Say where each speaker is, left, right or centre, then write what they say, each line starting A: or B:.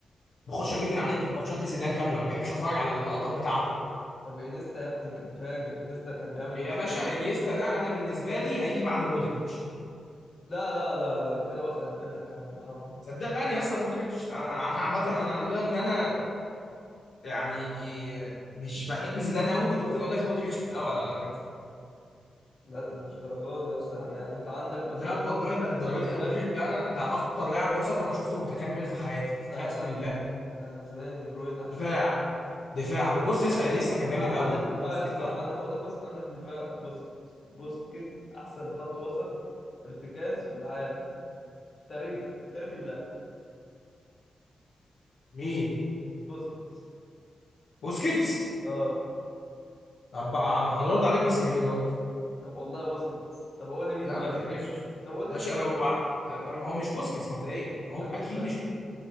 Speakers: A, on the left; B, on the left.
A: بخش
B: والله
A: اجيب من على النت ماتشات لزيدان كامله ما بحبش اتفرج على اللقطات بتاعته
B: طب انيستا يا ابني كان فاجر انيستا كان بيعمل
A: يا
B: بس
A: باشا انيستا ده انا بالنسبه لي هيجي بعد مودريتش
B: لا لا لا لا كده وسعت منك يا عم محمد
A: صدقني يا اسطى مودريتش انا انا عامه انا لولا ان انا يعني مش بحب زيدان قوي كنت ممكن اقول لك مودريتش في الاول على فكره
B: لا أنا مش درجات دي اصلا يعني انت عندك مثلا
A: لا والله ده الدرجه
B: انا
A: دي ده مودريتش
B: بالنسبه لي
A: ده ده اكتر لاعب وسط انا شفته متكامل في حياتي في
B: لا
A: حياتي كلها
B: انا أنا بالنسبه لي دي بروين احسن
A: دفاع دفاع بص ياسر انيستا كان جامد
B: بقى
A: قوي
B: عندك دفاع
A: بس
B: يا
A: فكرته
B: اسطى عند... اقول لك بس عندك دفاع بوسكيتس بوسكيتس احسن خط وسط ارتكاز في العالم في التاريخ في تاريخ اللعبه
A: مين
B: بوسكيتس
A: بوسكيتس
B: اه
A: طب بقى هنرد عليك بس مش دلوقتي
B: طب والله بوسكيتس طب اقول لي مين
A: لا
B: طيب
A: ما تحلفش
B: طب قول لي
A: ماشي
B: مين
A: انا وع- ما هو مش بوسكيتس مبدئيا يعني هو
B: طب
A: اكيد
B: مين طيب
A: مش